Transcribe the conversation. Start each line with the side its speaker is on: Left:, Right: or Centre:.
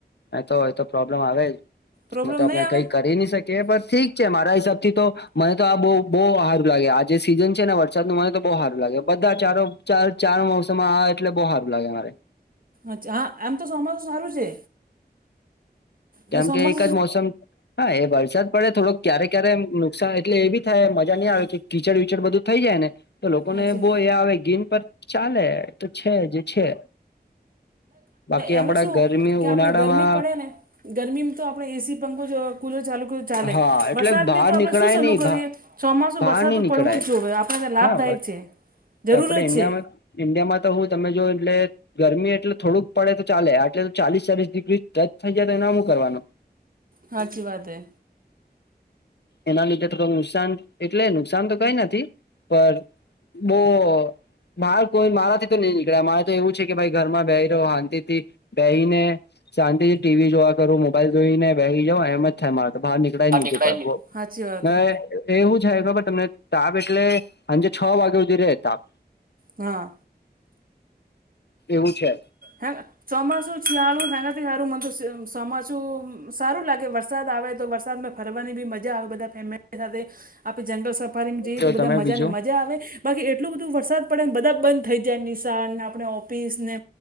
Left: અ તો એ તો પ્રોબ્લેમ આવે જ
Right: પ્રોબ્લેમ
Left: મે તો આપણે
Right: નહીં આવે
Left: કઈ કરી ન શકીએ પણસ ઠીક છે મારા હિસાબથી તો મને તો આ બહ બહ સારું લાગે આજે સીઝન છે ને વરસાદ નું મને તો બહુ સારું લાગે બધા ચારો ચાર ચાર મોસમ આવે એટલે બહુ સારું લાગે મારે
Right: અચ્છા હા આમ તો સોમાસું સારું છે
Left: કેમ
Right: ને ચોમાસામાં
Left: કે એક જ મોસમ હા એ વરસાદ પડે થોડોક ક્યારે ક્યારે નુકસાન એટલે એ બી થાય મજા નહીં આવે કે કીચડ વિચડ બધું થઈ જાય ને તો લોકોને
Right: સાચી
Left: બો હ ગિન પર ચાલે તો છે જે છે બાકી
Right: એમ
Left: આપડા
Right: શું
Left: ગરમી
Right: કે આપણે
Left: ઉનાળામાં
Right: ગરમી પડે ને ગરમીમાં તો આપણે એસી પંખો કુલર ચાલુ કર ચાલે
Left: હા એટલે
Right: વરસાદ
Left: બહાર
Right: મે તો આપણે
Left: નીકળાય
Right: શું સલું
Left: નહી
Right: કરીએ ચોમાસું
Left: બહાર
Right: વરસાદ
Left: નહી
Right: તો
Left: નીકળાય
Right: પડવું જ જોઈએ આપ તો લાભદાયક
Left: હા
Right: છે જરૂર
Left: આપડે
Right: જ
Left: ઇન્ડિયામાં
Right: છે
Left: ઈન્ડિયામાં તો હું તમે જો એટલે ગરમી એટલે થોડુંક પડે તો ચાલે આટલે ચાલીસ ચાલીસ ડિગ્રી ટચ થઈ જાય તો એને આમું કરવાનું
Right: હાચી વાત હૈ
Left: એના લીધે થોડું નુકસાન એટલે નુકસાન તો કઈ નથી પણ બહ બાર કોઈ મારાથી તો નહી નીકળ્યા મારે તો એવું છે કે ભાઈ ઘરમાં બેય રહો હાંતિ થી બેહી ને શાંતિથી ટીવી જોવા કરું મોબાઈલ જોઈને બેસી જાઓ એમ જ થાય માર તો બહાર નીકળ ચડા
Right: નીકળાય
Left: નહી
Right: ની હાચી વાત
Left: હ
Right: હે
Left: એવું જ હ ખબર તમને તાપ એટલે સાંજે છ વાગ્યા સુધી રે તાપ
Right: હા
Left: એવું છે
Right: હેંગ ચોમાસું ચિયાલું હેંગથી હયારું મંત ચોમાસું સારું લાગે વરસાદ આવે તો વરસાદમાં ફરવાની બી મજા આવે બધા ફેમિલી સાથે આપે જંગલ સ ારી જઈએ
Left: જો
Right: તો બધા
Left: તમે
Right: મજાને
Left: બીજું
Right: મજા આવે બાકી એટલોું બધું વરસાદ પડે ને બધા બંધ થઈ જાય નિશાન ને આપણે ઓફિસ ને